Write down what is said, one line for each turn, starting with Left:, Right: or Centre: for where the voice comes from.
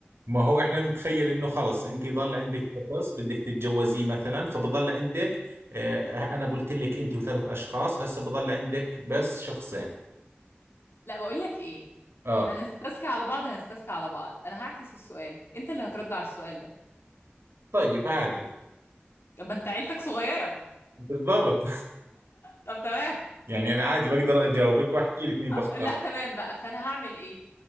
Right: ما هو احنا بنتخيل انه خلص انت ضل عندك شخص بدك تتجوزيه مثلا فبضل عندك اه انا قلت لك انت وثلاث اشخاص هسا بضل عندك بس شخصين
Left: لا بقول لك ايه
Right: اه
Left: احنا هنستسكى على بعض هنستسكى على بعض انا هعكس السؤال انت اللي هترد على السؤال ده
Right: طيب عادي
Left: طب ما انت عيلتك صغيرة
Right: بالضبط
Left: طب تمام
Right: يعني انا عادي بقدر اجاوبك واحكي لك مين
Left: آه،
Right: بختار
Left: لا تمام بقى فانا هعمل ايه